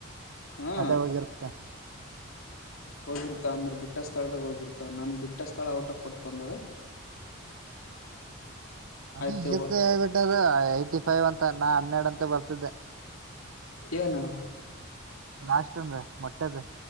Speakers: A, on the left; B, on the right.
A: ಹಾ
B: ಅದೇ ಹೋಗಿರ್ತಾ
A: ಹೋಗಿರ್ತ ಅಂದ್ರೆ ಬಿಟ್ಟ ಸ್ಥಳದಾಗ ಹೋಗಿರ್ತ ನಾನ ಬಿಟ್ಟ ಸ್ಥಳ ಔಟ್ ಆಫ್ ಫಟ್ ಬಂದದ
B: ಅದ
A: ಆಯ್ತು
B: ಹೇಳ್ಬಿಟ್ಟ ಅದ ಐಟಿ ಫೈವ್ ಅಂತ ನಾ ಹನ್ನೆರಡು ಅಂತ ಬರ್ತಿದ್ದೆ
A: ಏನು
B: ಲಾಸ್ಟ್ಂದ ಮೊಟ್ಟೆದ